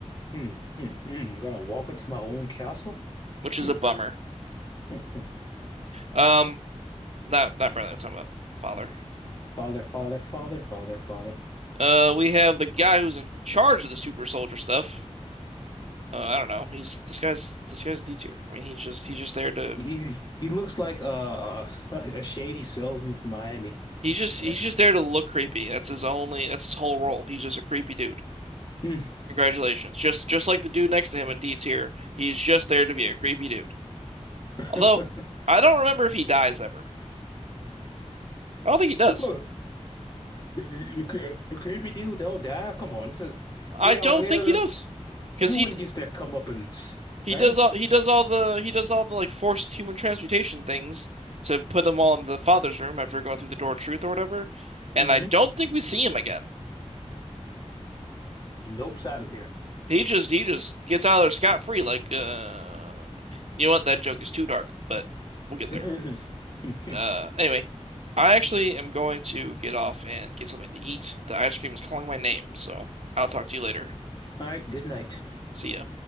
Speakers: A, on the left; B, on the right.
A: hmm hmm hmm Gotta walk into my own castle.
B: which
A: Hmm.
B: is a bummer.
A: <laughs>
B: Um, not not Bradley. I'm talking about Father.
A: Father, father, father, father, father.
B: Uh, we have the guy who's in charge of the super soldier stuff. Uh, I don't know. He's this guy's this guy's D tier. I mean, he's just he's just there to
A: He he looks like a <laughs> a, shady salesman from Miami.
B: He's just he's
A: <laughs>
B: just there to look creepy. That's his only that's his whole role. He's just a creepy dude.
A: Hmm.
B: Congratulations. Just just like the dude next to him in Deets here, he's just there to be a creepy dude.
A: <laughs>
B: Although I don't remember if he dies ever. I don't think he does.
A: People, you, you, you creepy dude, don't die. Come on, this is they
B: I don't
A: all yeah,
B: think he does. Because
A: everyone
B: he
A: gets their comeuppance.
B: he
A: All
B: does
A: right.
B: all he does all the he does all the like forced human transmutation things to put them all into the father's room after going through the door of truth or whatever. And
A: Mm-hmm.
B: I don't think we see him again.
A: He nopes out of here.
B: He just he just gets out of there scot free. Like, uh, you know what? That joke is too dark, but we'll get there.
A: <laughs>
B: Uh, anyway, I actually am going to get off and get something to eat. The ice cream is calling my name, so I'll talk to you later.
A: All right. Good night.
B: See ya.